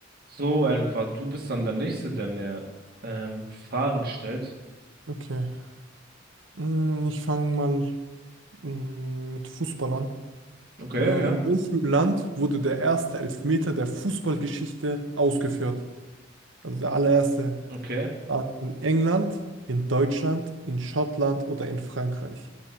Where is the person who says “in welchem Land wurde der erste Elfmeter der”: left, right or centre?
Right